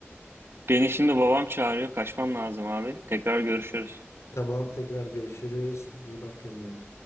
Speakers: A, on the right (about 55°); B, on the left (about 90°).
A: Beni şimdi babam çağırıyor. Kaçmam lazım abi. Tekrar görüşürüz.
B: Tamam tekrar görüşürüz. İyi bak kendine.